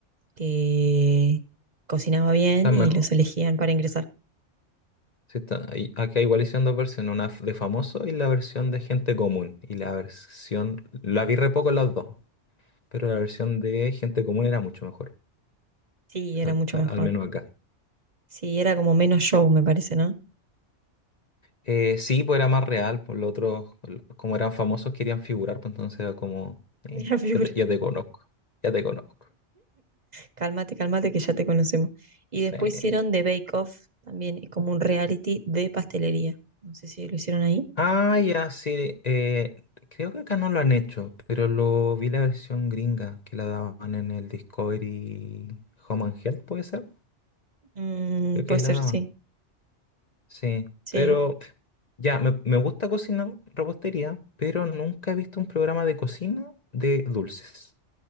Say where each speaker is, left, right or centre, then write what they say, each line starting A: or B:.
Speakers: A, on the right (about 40°); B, on the left (about 40°).
A: que cocinaba bien
B: Está mejor.
A: y los elegían para ingresar.
B: Sí, está- y Acá igual hicieron dos versiones, una de famoso y la versión de gente común. Y la versión, la vi re poco las dos, pero la versión de gente común era mucho mejor,
A: Sí,
B: al,
A: era mucho
B: a-
A: mejor.
B: al menos acá.
A: Sí, era como menos show, me parece, ¿no? <laughs>
B: Eh, sí, pues era más real, pues los otros, como eran famosos, querían figurar, pues entonces era como, eh,
A: Mira, figura.
B: ya te ya te conozco, ya te conozco.
A: Cálmate, cálmate, que ya te conocemos. Y
B: Sí.
A: después hicieron The Bake Off, también es como un reality de pastelería. No sé si lo hicieron ahí.
B: Ah, ya, sí. eh, creo que acá no lo han hecho, pero lo vi la versión gringa que la daban en el Discovery Home and Health, ¿puede ser?
A: Mm,
B: Creo
A: puede
B: que la
A: ser,
B: daban.
A: sí.
B: Sí.
A: Sí.
B: Pero ya, me, me gusta cocinar repostería, pero nunca he visto un programa de cocina de dulces.